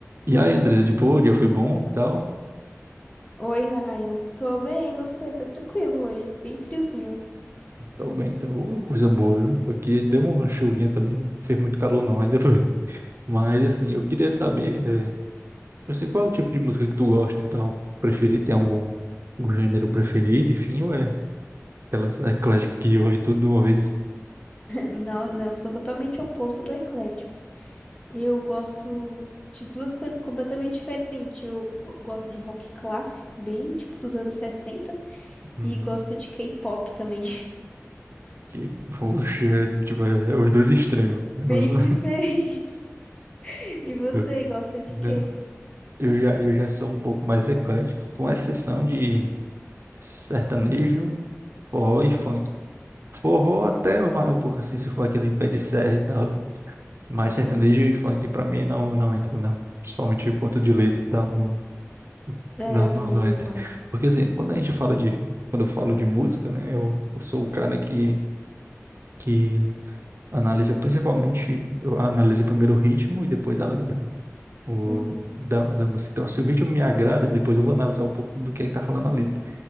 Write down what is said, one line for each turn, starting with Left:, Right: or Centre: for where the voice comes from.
Right: E aí, Andresa, de boa? O dia foi bom e tal?
Left: Oi, Ryan. Tô bem, e você? Foi tranquilo hoje, bem friozinho.
Right: Tô bem, então. Ô, coisa boa, viu? Aqui deu
Left: Hum.
Right: uma chuvinha também, não fez muito calor
Left: <laughs>
Right: não, ainda <laughs> bem. Mas, assim, eu queria saber, é, assim, qual é o tipo de música que tu gosta e tal? Preferir, tem algum, algum gênero preferido, enfim, ou é aquelas ecléticas que ouve tudo de uma vez?
Left: Não, não, eu sou totalmente oposto do eclético. Eu gosto de duas coisas completamente diferentes. Eu gosto de rock clássico, bem tipo dos anos 60,
Right: Hum,
Left: e gosto de K-pop também.
Right: que, poxa, é, tipo, é, é os dois extremos,
Left: <laughs>
Right: o negócio...
Left: Bem diferente. E você
Right: <laughs>
Left: gosta de
Right: né?
Left: quê?
Right: Eu já, eu já sou um pouco mais eclético, com exceção de sertanejo, forró e funk. Forró até vai um pouco assim, se for aquele pé de serra e tal, né? Mas
Left: Uhum.
Right: sertanejo e funk pra mim não, não entra, não. Principalmente por conta de letra e tal, não,
Left: É,
Right: não,
Left: eu
Right: não,
Left: também
Right: não
Left: não
Right: entra.
Left: gosto.
Right: Porque assim, quando a gente fala de, quando eu falo de música, né? Eu, eu sou o cara que, que analisa principalmente, eu analiso primeiro o ritmo e depois a letra, né? O,
Left: Uhum.
Right: da, da música. Então, se o ritmo me agrada, depois eu vou analisar um pouco do que é que tá falando a letra.